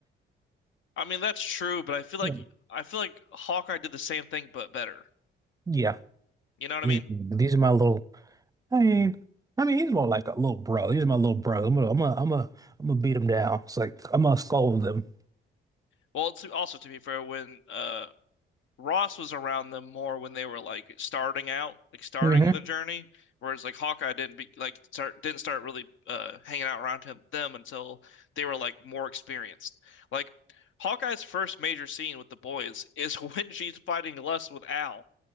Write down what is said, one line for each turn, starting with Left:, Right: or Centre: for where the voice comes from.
Left: I mean, that's true, but I feel like
Right: Yeah,
Left: I feel like Hawkeye did the same thing but better.
Right: Yeah.
Left: You know what
Right: these
Left: I mean?
Right: these are my little I mean, I mean, he's more like a little bro. He's my little brother. I'm gonna, I'm gonna, I'm gonna, I'm gonna beat him down. It's like I'm gonna scold him.
Left: Well, to, also to be fair, when uh Ross was around them more when they were like starting out, like starting
Right: Mm-hmm.
Left: the journey, whereas like Hawkeye didn't be like start didn't start really uh hanging out around him them until they were like more experienced. Like Hawkeye's first major scene with the boys is <laughs> when she's fighting lust with Al,